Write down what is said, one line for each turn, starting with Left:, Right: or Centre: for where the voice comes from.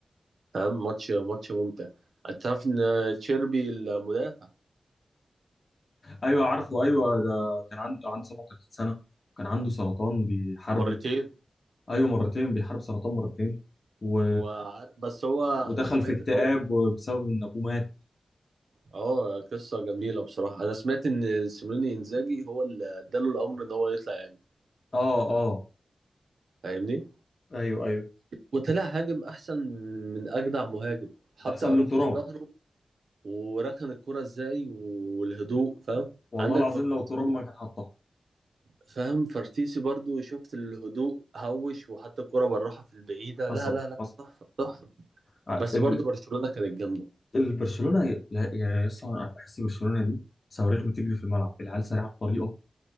Right: فاهم ماتش ماتش ممتع انت تعرف ان تشيربي المدافع
Left: ايوه عارفه ايوه ده كان عنده عنده 37 سنه كان عنده سرطان بيحاربه
Right: مرتين
Left: ايوه مرتين بيحارب سرطان مرتين و...
Right: وعار... بس هو
Left: ودخل
Right: انا سمعت
Left: في اكتئاب
Right: ان هو
Left: بسبب ان ابوه مات
Right: اه قصة جميلة بصراحة أنا سمعت إن سيميوني إنزاجي هو اللي اداله الأمر إن هو يطلع يهاجم
Left: اه اه
Right: فاهمني؟
Left: ايوه ايوه
Right: وطلع هاجم أحسن من أجدع مهاجم حتى
Left: احسن
Right: أروخو
Left: من ترام
Right: في ظهره وركن الكرة إزاي والهدوء فاهم؟
Left: والله
Right: عندك
Left: العظيم
Right: فرتيسي
Left: لو ترام ما كان حطها
Right: فاهم فرتيسي برضو شفت الهدوء هوش وحتى الكرة بالراحة في البعيدة
Left: حصل
Right: لا لا لا
Left: حصل
Right: تحفة تحفة
Left: ع-
Right: بس
Left: ال-
Right: برضو برشلونة كانت جامدة
Left: البرشلونه يا يا يا اسطى انا بحس برشلونه دي صواريخ بتجري في الملعب العيال سريعه بطريقه